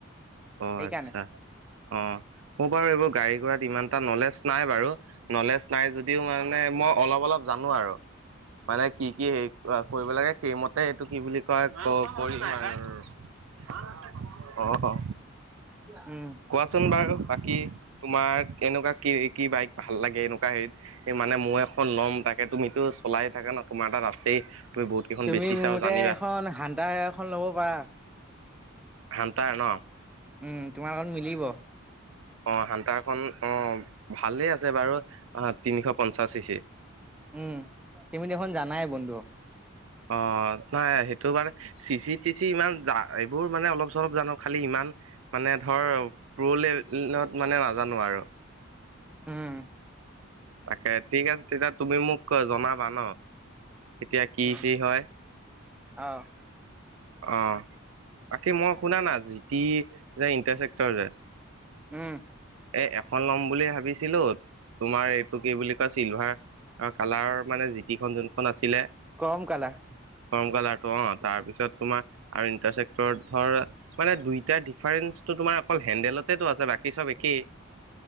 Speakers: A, on the right (about 75°); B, in the centre.
A: অ',
B: সেইকাৰণে
A: আচ্ছা অহ। মোৰ বাৰু এইবোৰ গাড়ী গুৰাত ইমান এটা নলেজ নাই বাৰু। নলেজ নাই যদিও মানে, মই অলপ অলপ জানো আৰু, মানে কি কি হেৰি কৰিব লাগে, সেইমতে এইটো কি বুলি কয়, কৰি অ'।
B: উম।
A: কোৱাচোন বাৰু, বাকী তোমাৰ এনেকুৱা কি কি বাইক ভাল লাগে? এনেকুৱা হেৰিত মানে মই এখন ল'ম, তাকে তুমিতো চলাই থাকা ন, তোমাৰ তাত আছেই। তুমি বহুত কেইখন
B: তুমি
A: বেচিছাও
B: মোৰ মতে
A: জানিবা
B: এখন, হানতাৰৰ এখন ল'ব পাৰা।
A: হাণ্টাৰ ন?
B: উম, তোমাৰ লগত মিলিব।
A: অ', হান্তাৰখন অ', ভালেই আছে বাৰু, অ', তিনিশ পঞ্চাশ সি।
B: উম, তুমি দেখোন জানাই বন্ধু।
A: অ', নাই, এইটো মানে চিচি টিচি ইমান জা এইবোৰ মানে অলপ চলপ জানো, খালি ইমান মানে ধৰ প্ৰ লে মানে নাজানো আৰু।
B: উম,
A: তাকে ঠিক আছে, তেতিয়া তুমি মোক জনাবা ন। এতিয়া কি
B: উম,
A: কি হয়?
B: অ',
A: অ', বাকি মই শুনা না, জি টি যে ইণ্টাৰচেক্টৰ যে
B: উম।
A: এই এখন ল'ম বুলি ভাবিছিলোঁ, তোমাৰ টো কি বুলি কয়, চিলভাৰ কালাৰৰ মানে জিটিখন যোনখন আছিলে
B: ক্ৰম কালাৰ।
A: কম কালাৰটো অ', তাৰ পিছত তোমাৰ আৰু ইণ্টাৰচেক্টৰত ধৰ, মানে দুইটা ডিফাৰেন্ঞ্চ তো, তোমাৰ অকল হেন্দলতেতো আছে বাকী চব একেই।